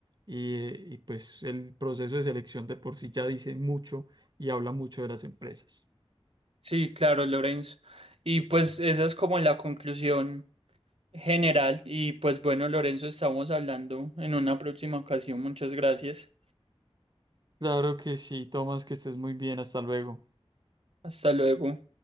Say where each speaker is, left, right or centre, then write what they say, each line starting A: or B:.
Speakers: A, on the right; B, on the right.
A: y, eh, y pues el proceso de selección de por sí ya dice mucho y habla mucho de las empresas.
B: sí, claro, Lorenzo. Y pues esa es como la conclusión general. Y pues bueno, Lorenzo, estamos hablando en una próxima ocasión. Muchas gracias.
A: Claro que sí, Tomás, que estés muy bien, hasta luego.
B: Hasta luego.